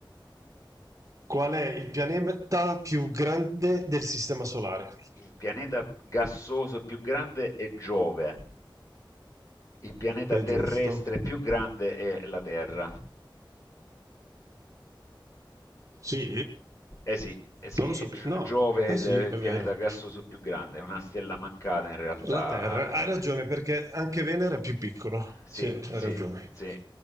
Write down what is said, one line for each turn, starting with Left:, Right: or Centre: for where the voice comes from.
Right: Qual è il pianeta più grande del Sistema Solare?
Left: Il pianeta gassoso più grande è Giove. Il pianeta
Right: È
Left: terrestre
Right: giusto?
Left: più grande è la Terra.
Right: Sì?
Left: Eh sì, eh sì,
Right: Non lo sapevo.
Left: e Gio-
Right: No.
Left: Giove
Right: Eh
Left: è
Right: sì,
Left: il
Right: è
Left: pianeta
Right: vero.
Left: gassoso più grande, è una stella mancata in realtà.
Right: La Terra, hai ragione
Left: eh.
Right: perché anche Venere è più piccolo.
Left: Sì,
Right: Sì, hai
Left: sì,
Right: ragione.
Left: sì.